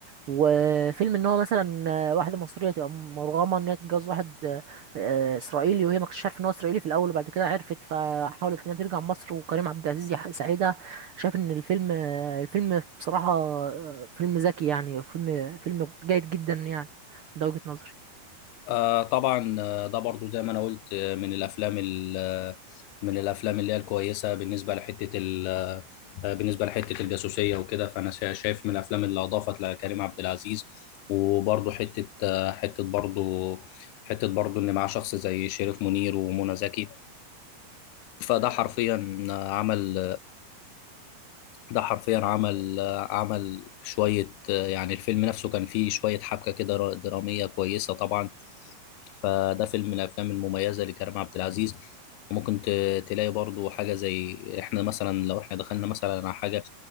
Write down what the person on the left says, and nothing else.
آه طبعا آه، ده برضو زي ما انا قلت آه، من الافلام ال- آه، من الافلام اللي هي الكويسه بالنسبه لحته ال- آه، آه، بالنسبه لحته الجاسوسيه وكده فانا شا- شايف من الافلام اللي اضافت لكريم عبد العزيز وبرضو حته آه، حته برضو حته برضو ان معاه شخص زي شريف منير ومنى زكي فده حرفيا آه، عمل ده حرفيا عمل آه، عمل شوية آه، يعني الفيلم نفسه كان فيه شوية حبكة كده را- درامية كويسة طبعا فده فيلم من الأفلام المميزة لكريم عبد العزيز وممكن ت- تلاقي برضو حاجة زي إحنا مثلا لو إحنا دخلنا مثلا على حاجة